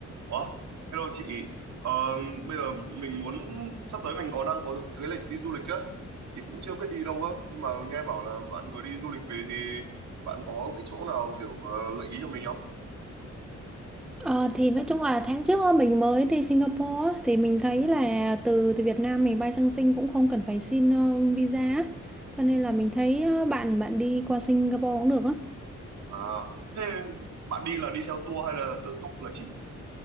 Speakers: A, on the right; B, in the centre.
A: Ủa, hello chị. Ờ, bây giờ mình muốn sắp tới mình có đang có kế hoạch đi du lịch á thì cũng chưa biết đi đâu á nhưng mà nghe bảo là bạn vừa đi du lịch về thì bạn có cái chỗ nào kiểu ờ, gợi ý cho mình không?
B: Ờ, thì nói chung là tháng trước á, mình mới đi Singapore á, thì mình thấy là từ từ Việt Nam mình bay sang Sing cũng không cần phải xin ờ, visa á. Cho nên là mình thấy ờ, bạn bạn đi qua Singapore cũng được á.
A: À, thế bạn đi là đi theo tour hay là tự túc là chính?